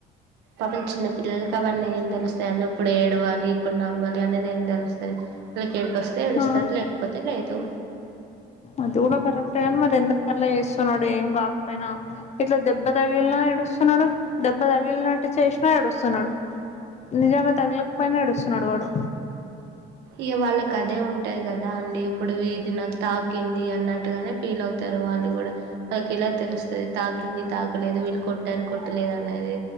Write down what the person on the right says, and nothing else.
పాపలు చిన్నపిల్లల కావడి నే తెలుస్తా వను ఇప్పుడు ఏడవాలి ఇప్పుడు నవ్వాలి అనేది ఏం తెలుస్తుంది ఏడ్పు వస్తే ఏడుస్తడు
లేకపోతే లేదు
ఇ వాళ్ళకి అదే ఉంటాయి కదా అండి ఇప్పుడు ఇది నాకు తాకింది అన్నట్టుగానే ఫీల్ అవుత వాళ్ళు కూడా వాళ్ళకి ఎలా తెలుస్తుంది తా కింది తాకలేదు విళ్కొట్ రు కొట్టలేదు అనేది